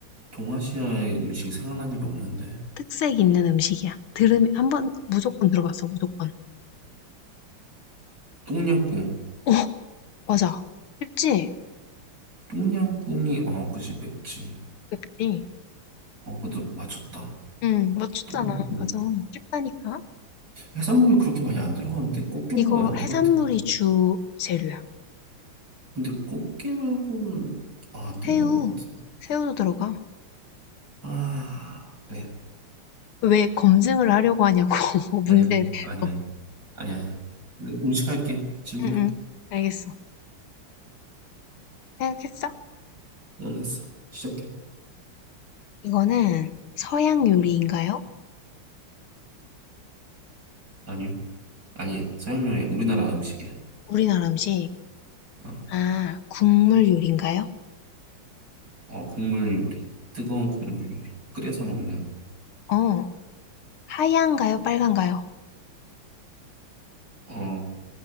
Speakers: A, on the right; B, on the left.
A: 동아시아의 음식이 생각나는 게 없는데.
B: 특색 있는 음식이야. 들으면 한번 무조건 들어봤어, 무조건.
A: 똠양꿍.
B: 어, 맞아. 쉽지?
A: 똠양꿍이, 어, 그지, 맵지.
B: 쉽지.
A: 어, 그래도 맞췄다.
B: 응, 맞췄잖아.
A: 똠양꿍.
B: 맞아. 쉽다니까.
A: 해산물이 그렇게 많이 안 들어가는데, 꽃게 말고는
B: 이거
A: 안 들어갈
B: 해산물이
A: 텐데.
B: 주 재료야.
A: 근데 꽃게 말고는, 아, 안 들어갈
B: 새우,
A: 것 같은데.
B: 새우도 들어가.
A: 아, 그래.
B: 왜 검증을 하려고 하냐고, <laughs> 문제에
A: 아니야,
B: 대해서.
A: 아니야, 아니야. 아니야. 음식 할게. 질문해.
B: 응, 응, 알겠어. 생각했어?
A: 응, 했어. 시작해.
B: 이거는 서양 요리인가요?
A: 아니요. 아니야. 서양 요리, 우리나라 음식이야.
B: 우리나라 음식.
A: 어,
B: 아, 국물 요리인가요?
A: 어, 국물 요리. 뜨거운 국물 요리. 끓여서 먹는.
B: 어, 하얀가요? 빨간가요?
A: 어,